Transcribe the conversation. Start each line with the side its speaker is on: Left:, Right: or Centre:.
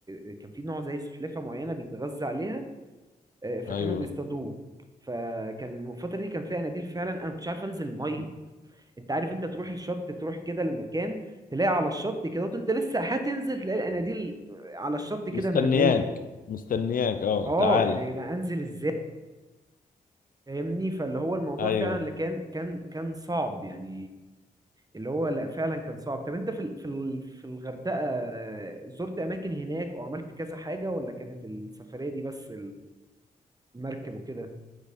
Right: آه، كان في نوع زي سلحفاة معينة بيتغذى عليها آه، فكانوا
Left: ايوه
Right: بيصطادوه فكان الفترة دي كان فيها اناديل فعلا انا ما كنتش عارف انزل المية انت عارف انت تروح الشط تروح كده المكان تلاقي على الشط كده وانت لسه هتنزل تلاقي الاناديل على الشط كده
Left: مستنياك
Right: مرمية
Left: مستنياك اه
Right: اه
Left: تعالى
Right: يعني يا جدعان انزل ازاي فاهمني فاللي هو الموضوع
Left: ايوه
Right: فعلا اللي كان كان كان صعب يعني اللي هو لا فعلا كان صعب طب انت في ال- في ال- في الغردقة زرت اماكن هناك او عملت كذا حاجة ولا كانت السفرية دي بس المركب وكده